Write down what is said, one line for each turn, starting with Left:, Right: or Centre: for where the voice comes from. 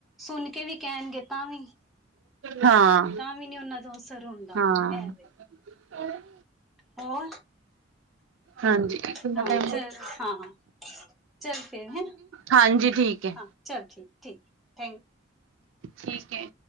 Centre: ਸੁਣ ਕੇ ਵੀ ਕੈਣਗੇ ਤਾਂ ਵੀ।
Right: ਹਾਂ।
Centre: ਤਾਂ ਵੀ ਨੀ ਓਨਾਂ ਦਾ ਅਸਰ ਹੁੰਦਾ,
Right: ਹਾਂ,
Centre: ਐ ਦੇ
Right: <inaudible>
Centre: ਹੋਰ?
Right: ਹਾਂਜੀ, ਹਾਂਜੀ,
Centre: ਹਾਂ ਚੱਲ ਹਾਂ, ਚੱਲ ਫੇਰ ਹੈਂ
Right: ਹਾਂਜੀ ਠੀਕ ਏ।
Centre: ਹਾਂ ਚਲ ਠੀ-ਠੀ ਥੈਂ
Right: ਠੀਕ ਐ।